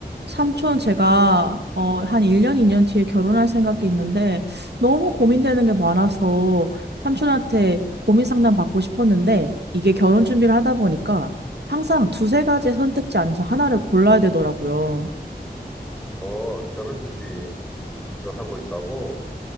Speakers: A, on the right; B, in the centre.
A: 삼촌 제가 어, 한 1년, 2년 뒤에 결혼할 생각이 있는데 너무 고민되는 게 많아서 삼촌한테 고민 상담 받고 싶었는데 이게 결혼 준비를 하다 보니까 항상 두세 가지 선택지 안에서 하나를 골라야 되더라고요.
B: 어, 결혼 준비를 하고 있다고?